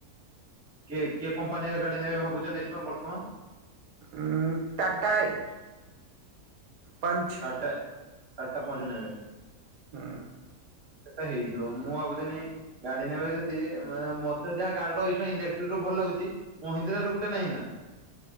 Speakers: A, on the right (about 20°); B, on the right (about 90°).
A: କିଏ କିଏ କମ୍ପାନୀର ଗାଡି ନେବେ ଭାବୁଚନ୍ତି ବର୍ତ୍ତମାନ?
B: ଉ ଟାଟାଇ ପଞ୍ଚ
A: <unintelligible> ଆଟା ପହଂଚିନି ଏବେ
B: ହୁଁ।
A: ସେଟା ହେଇଯିବ ମୁଁ ଭାବୁଥିନି ଗାଡି ନେବେ ଯଦି ମାନେ ମତେ ଯାହା ଗାଡି ଟା ଏଇଁ ଇଲେକ୍ଟ୍ରିକ ରୁ ଭଲ ଲାଗୁଚି ମହହିନ୍ଦ୍ରା ର ଗୋଟେ ନାହିଁ ନା